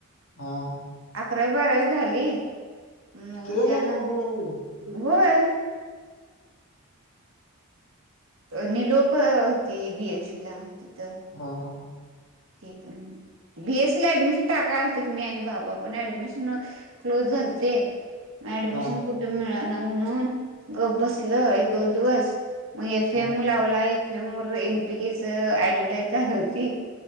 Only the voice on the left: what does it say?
हा हा
तिथे झाली
अकरावी बारावी?
हा हा
हां,
हां,